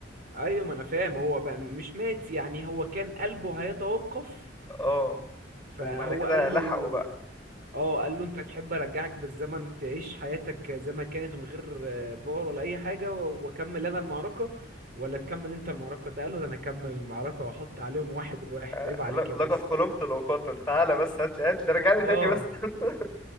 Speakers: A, on the right; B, in the centre.
A: ايوه ما انا فاهم هو بقى مش مات يعني هو كان قلبه هيتوقف
B: <laughs> اه
A: فهو
B: وبعد كده
A: قال
B: لحقوا
A: له
B: بقى
A: اه قال له انت تحب ارجعك بالزمن تعيش حياتك زي ما كانت من غير آه، فار ولا اي حاجه و- واكمل انا المعركه ولا تكمل انت المعركه ده قال له ده انا اكمل المعركه واحط عليهم واحد واحد
B: آه،
A: عيب عليك
B: ل-
A: يا باشا
B: لقد خلقت لأقاتل تعالى بس هات لي هات لي رجعني
A: اه
B: تاني بس <laughs>